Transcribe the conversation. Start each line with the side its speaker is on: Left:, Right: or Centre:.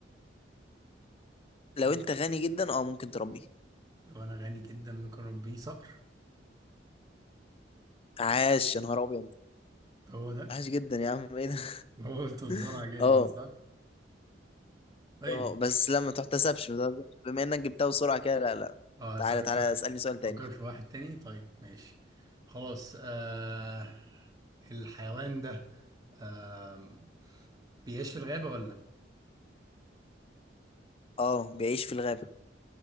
Left: لو
Right: مم.
Left: أنت غني جدا اه ممكن تربيه
Right: لو انا غني جدا ممكن اربيه صقر
Left: عاش يا نهار أبيض
Right: هو ده؟
Left: عاش جدا يا عم إيه ده
Right: هو قلت بسرعة
Left: <laughs>
Right: جدا
Left: اه
Right: صح؟ طيب
Left: اه بس لا ما تحتسبش ما تحتسبش. بما إنك جبتها بسرعة كده لا لا
Right: اه
Left: تعالى
Right: هسألك
Left: تعالى
Right: سؤال
Left: اسألني سؤال تاني
Right: فكر في واحد تاني طيب ماشي خلاص آه... الحيوان ده آم... بيعيش في الغابة ولا؟
Left: اه بيعيش في الغابة